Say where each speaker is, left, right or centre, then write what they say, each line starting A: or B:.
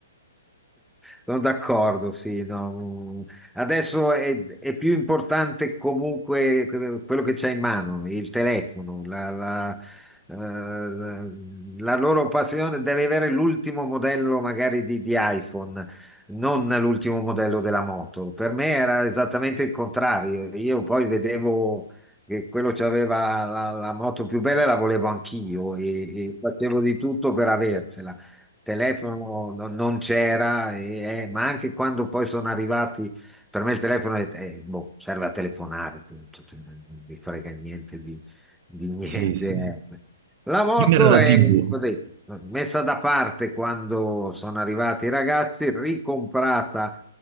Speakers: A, in the centre; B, on the right.
A: Sono d'accordo, sì. no. Adesso è, è più importante comunque que- quello che c'è in mano, il telefono, la, la- eh, la- la loro passione deve avere l'ultimo modello magari di, di iPhone, non l'ultimo modello della moto. Per me era esattamente il contrario. Io poi vedevo che quello c'aveva la, la moto più bella e la volevo anch'io e, e facevo di tutto per aversela. Telefono no- non c'era, e- eh, ma anche quando poi sono arrivati, per me il telefono è- è- boh, serve a telefonare, punto, cioè, non mi frega niente di, di niente.
B: Sì, sì, sì.
A: eh. La moto
B: Prima era la
A: è
B: TV.
A: ho detto, messa da parte quando sono arrivati i ragazzi, ricomprata